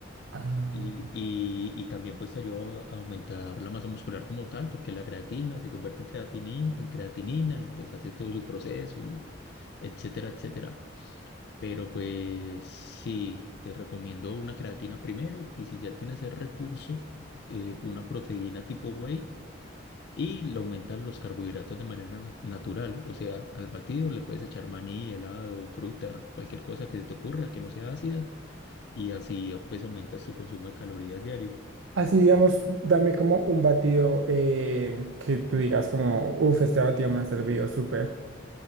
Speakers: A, on the right; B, on the left.
A: Ah.
B: Y, y, y también pues te ayuda a aumentar la masa muscular como tal, porque la creatina se convierte en creatinin- en creatinina y pues hace todo su proceso y etcétera, etcétera. Pero pues sí, te recomiendo una creatina primero y si ya tienes el recurso, eh, una proteína tipo whey y le aumentas los carbohidratos de manera na- natural. O sea, al batido le puedes echar maní, helado, fruta, cualquier cosa que se te ocurra que no sea ácida y así ah, pues aumentas tu consumo de calorías diario.
A: Así, digamos, dame como un batido eh, que tú digas como, uff, este batido me ha servido súper.